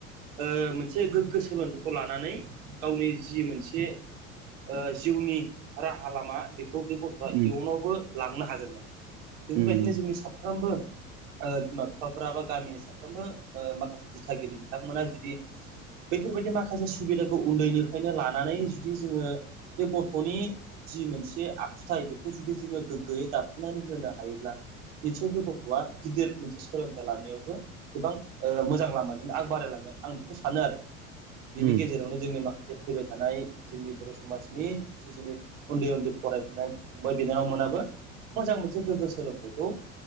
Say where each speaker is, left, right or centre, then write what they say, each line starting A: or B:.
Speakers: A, on the right (about 65°); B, on the right (about 45°).
A: ओ मोनसे गोग्गो सोलोंथाइखौ लानानै गावनि जि मोनसे ओ जिउनि राहा लामा बेखौ बे गथ'आ इयुनावबो
B: उम
A: लांनो हागोन। माने बेफोरबायदिनो
B: उम
A: जोंनि साफ्रोमबो ओ बिमा बिफाफोरा बा गामिनि साफ्रोमबो ओ माखासे दिथागिरि बिथांमोना जुदि बैफोरबायदि माखासे सुबिदाखौ उन्दैनिफ्रायनो लानानै जुदि जोङो बे गथ'नि जि मोनसे आखुथाय बेखौ जुदि जोङो गोग्गोयै दाफुंनानै होनो हायोब्ला निसयबो गथ'आ गिदिर मोनसे सोलोंथाइ लानायावबो गोबां ओ मोजां लामाजों आग बारायलांगोन आं बेखौ सानो आरो बिनि
B: उम
A: गेजेरावनो जोंनि माखा जे फैबाय थानाय जोंनि बर' समाजनि जि जोंनि उन्दै उन्दै फरायफुनाय फंबाय बिनानाव मोना बो मोजां मोनसे गोग्गो सोलोंथाइखौ